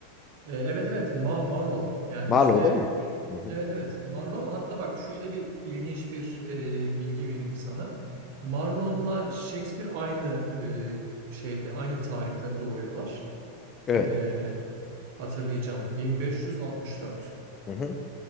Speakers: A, on the right (about 50°); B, on the left (about 25°).
A: Ee, evet evet Ma Marlowe. Yani
B: Marlowe
A: işte
B: değil mi? Hı-hı.
A: evet evet Marlowe. Hatta bak şöyle bir ilginç bir e, bilgi vereyim sana. Marlowe'la Shakespeare aynı e, şeyde aynı tarihte doğuyorlar.
B: Evet.
A: Ee, Hatırlayacağım. 1564.
B: Hı-hı.